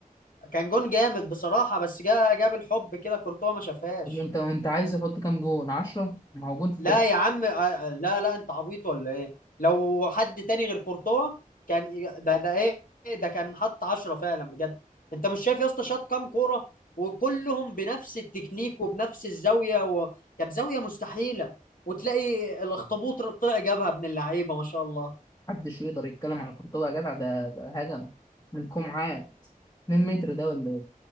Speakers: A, on the left; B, on the left.
A: كان جون جامد بصراحة بس جا جاب الحب كده كورتوا ما شافهاش
B: وانت وانت عايز يحط كام جون 10 ما هو جون في
A: لا
B: كورة
A: يا عم آه، آه، لا لا انت عبيط ولا ايه لو حد تاني غير كورتوا كان ده ده ايه ده كان حط عشرة فعلا بجد انت مش شايف يا اسطى شاط كام كورة وكلهم بنفس التكنيك وبنفس الزاوية و... كانت زاوية مستحيلة وتلاقي الاخطبوط طلع جابها ابن اللعيبة ما شاء الله
B: محدش يقدر يتكلم على كورتوا يا جدع ده, ده هجم من كومعات 2 متر ده ولا